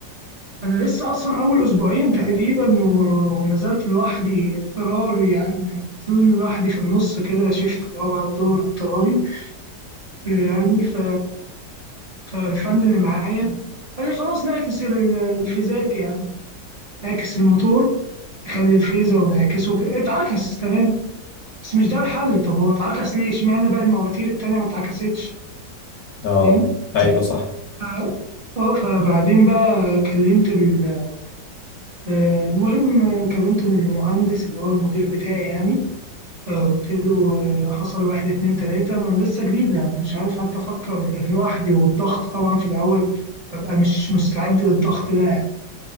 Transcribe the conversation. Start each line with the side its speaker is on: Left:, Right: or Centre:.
Right: أنا لسه أصلا أول أسبوعين تقريبا و- ونزلت لوحدي اضطراري يعني نزلوني لوحدي في النص كده شفت اللي هو بعد الظهر اضطراري يعني ف... فالفن اللي معايا قال لي خلاص نعكس ال- الفيزات يعني نعكس الموتور نخلي الفيزة ونعكسه كده اتعكس تمام بس مش ده الحل طب هو اتعكس ليه اشمعنى بقى المواتير التانية ما اتعكستش
Left: آه.
Right: فاهم
Left: ايوه صح
Right: ف- اه فبعدين بقى كلمت ال- آه، المهم كلمت المهندس اللي هو المدير بتاعي يعني آه، قلت له آه، حصل واحد اتنين تلاتة ما أنا لسه جديدة مش عارف حتى أفكر لوحدي والضغط طبعا في الأول ببقى مش مستعد للضغط ده يعني.